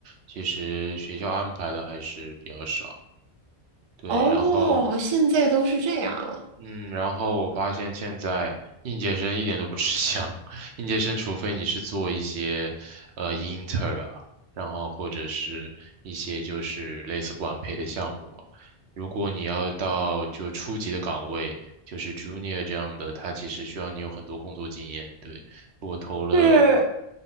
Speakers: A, on the right; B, on the right.
A: 其实学校安排的还是比较少，对，
B: 哦，
A: 然后。
B: 现在都是这样了，
A: 嗯，然后我发现现在应届生一点都不吃香，<laughs> 应届生除非你是做一些，呃，inter 啊，然后或者是一些就是类似管培的项目啊如果你要到就初级的岗位，就是 junior 这样的，他其实需要你有很多工作经验。对，我投了，
B: 是，